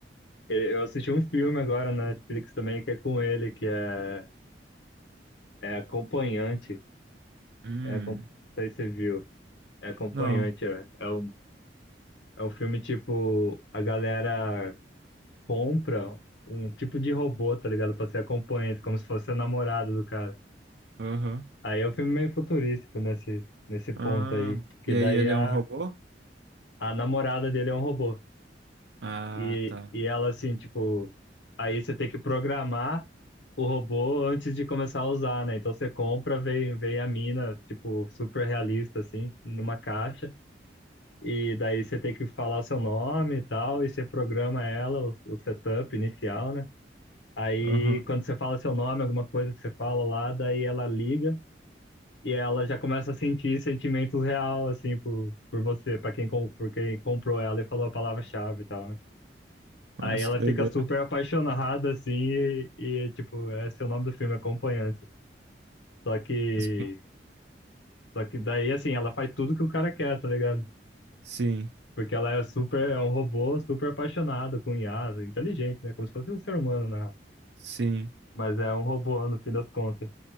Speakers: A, on the left; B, on the right.
A: ele- eu assisti um filme agora na Netflix também que é com ele, que é, é Acompanhante.
B: hum,
A: É, acom- não sei se você viu. É Acompanhante.
B: não,
A: É, é, um, é um filme tipo, a galera compra um tipo de robô, tá ligado? Pra ser acompanhante, como se fosse a namorada do cara.
B: aham,
A: Aí é um filme meio futurístico nesse, nesse ponto
B: ah,
A: aí. Que
B: e
A: daí
B: aí ele
A: a,
B: é um robô?
A: a namorada dele é um robô.
B: Ah,
A: E,
B: tá,
A: e ela assim, tipo, aí você tem que programar o robô antes de começar a usar, né? Então você compra, vem, vem a mina, tipo, super realista, assim, numa caixa, e daí você tem que falar o seu nome e tal, e você programa ela, o, o setup inicial, né? Aí
B: aham,
A: quando você fala seu nome, alguma coisa que você fala lá, daí ela liga e ela já começa a sentir sentimentos real, assim, por, por você, pra quem, com- por quem comprou ela e falou a palavra-chave e tal, né? Aí
B: Nossa,
A: ela
B: que doideira,
A: fica super apaixonada, assim, e, e, tipo, é esse é o nome do filme, Acompanhante. Só que,
B: Nossa, que-
A: só que daí, assim, ela faz tudo que o cara quer, tá ligado?
B: sim,
A: Porque ela é super, é um robô super apaixonado, com IA, inteligente, né? Como se fosse um ser humano, né?
B: sim,
A: Mas é um robô, no fim das contas.